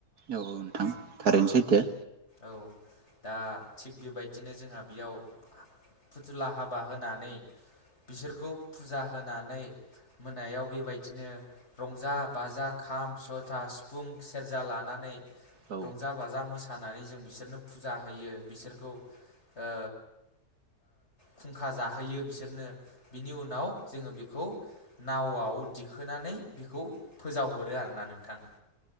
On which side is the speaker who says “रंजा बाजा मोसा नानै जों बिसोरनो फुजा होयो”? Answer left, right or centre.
Left